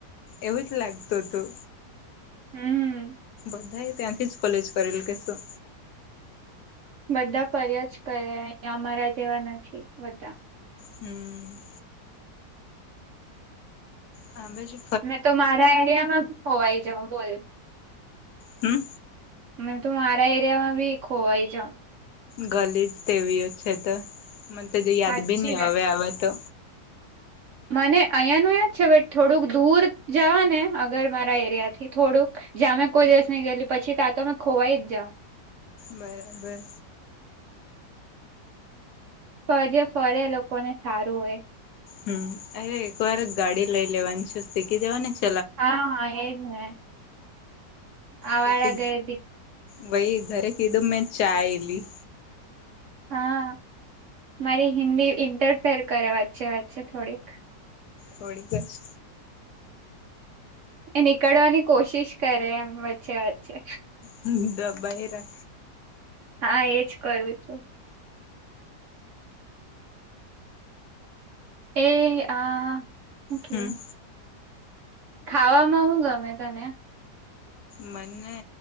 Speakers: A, on the left (about 70°); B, on the right (about 60°).
A: એવું જ લાગતું તું.
B: હમ્મ
A: બધા ત્યાંથી જ કોલેજ કરેલુ કે શું.
B: બધા ફર્યા જ કરે અહીં અમારા જેવા નથી બધા.
A: હમ્મ હામરે જે
B: મેં તો મારા એરિયામાં બી ખોવાઈ જાઉં બોલ
A: હમ્મ
B: મે તો મારા એરિયામાં બી ખોવાઈ જાવ.
A: ગલી જ તેવીઓ છે તો મને તો યાદ
B: હાચે
A: બી ની હવે આવે તો.
B: મને અહીંયા ન યાદ છે બટ થોડુંક દૂર જવા ને અગર મારા એરિયા થી થોડુંક જ્યાં અમે કોઈ દિવસ ની ગયેલું પછી તાંમે ખોવાઈ જ જાાવ
A: બરાબર
B: ફજ ફરે લોકોને સારું હોય.
A: હમ અરે એક વાર ગાડી લઈ લેવાની છું શીખી જવાની છે.
B: હા હા એજ ને આવારા
A: પછી
B: ગરદી
A: ભાઈ ઘરે કીધું મેં ચાયલી
B: હા મારી હિન્દી ઇન્ટરફેર કરે વાત છે વાત છે થોડીક
A: થોડી બસ
B: એ નીકળવાની કોશિશ કરે એમ વચ્ચે વચ્ચે
A: હ તો બરા
B: હા એજ કરું છું. એ આ થક
A: હમ
B: યુ ખાવામાં શું ગમે તને
A: મને